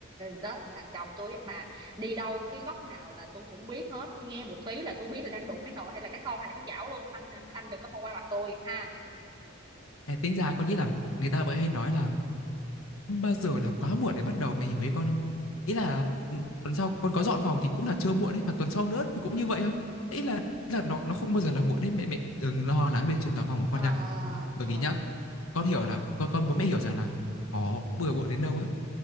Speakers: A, on the right (about 20°); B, on the left (about 85°).
A: đó thằng chồng tôi á mà đi đâu cái góc nào là tôi cũng biết hết nghe một tí là tôi biết là đang đụng cái nồi hay là cái son hay là cái chảo luôn anh anh đừng có mà qua mặt tôi ha
B: À, tính ra con nghĩ là người ta vẫn hay nói là không bao giờ là quá muộn để bắt đầu mày hiểu ý con không ý là ừ, tuần sau con có dọn phòng thì cũng là chưa muộn đấy mà tuần sau nữa thì cũng như vậy thôi ý là ý là nó nó không bao giờ là muộn đấy mẹ mẹ đừng lo lắng về chuyện dọn phòng của
A: Ờ,
B: con nha bởi
A: ờ.
B: vì nhá con hiểu là con con muốn mẹ hiểu rằng là có bừa bộn đến đâu á